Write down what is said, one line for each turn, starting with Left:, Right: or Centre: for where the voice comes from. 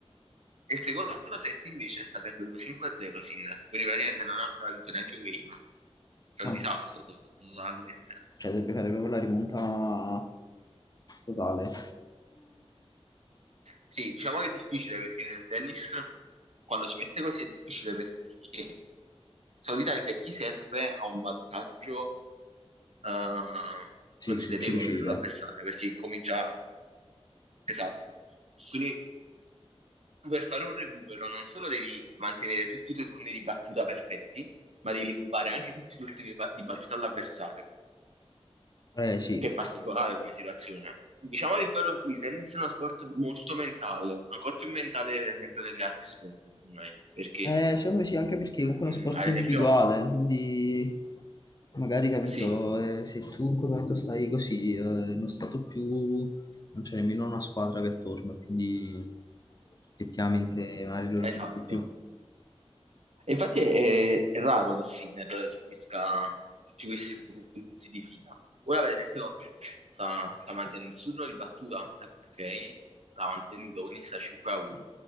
Right: e il secondo set invece sta perdendo 5-0 Sinner, quindi praticamente non ha ancora vinto neanche un game. È
Left: Ah,
Right: un disastro totalmente.
Left: cioè dovrebbe fare proprio la rimonta totale.
Right: Sì, diciamo che è difficile perché nel tennis quando si mette così è difficile perché solitamente chi serve ha un vantaggio eh,
Left: Sì,
Right: considerevole
Left: su chi riceve.
Right: sull'avversario perché comincia esatto. Quindi per fare un recupero non solo devi mantenere tutti i tuoi turni di battuta perfetti, ma devi rubare anche tutti i tuoi turni di ba- di battuta all'avversario,
Left: Eh sì.
Right: che è particolare come situazione. Diciamo che poi lo- il tennis è uno sport molto mentale, ancora più mentale per esempio degli altri sport, secondo me, perché
Left: Eh, secondo me sì, anche perché comunque
Right: mh,
Left: è uno sport
Right: ad
Left: individuale,
Right: esempio,
Left: quindi magari capito,
Right: sì,
Left: eh, se tu in quel momento stai così, eh, in uno stato più, non c'è nemmeno una squadra che è attorno, quindi effettivamente magari lo risenti
Right: esatto.
Left: di più.
Right: E infatti è, è raro che Sinner subisca tutti questi punti di fila. Ora, per esempio, sta, sta mantenendo il suo giro di battuta, ok, l'ha mantenuto, quindi sta 5 a 1.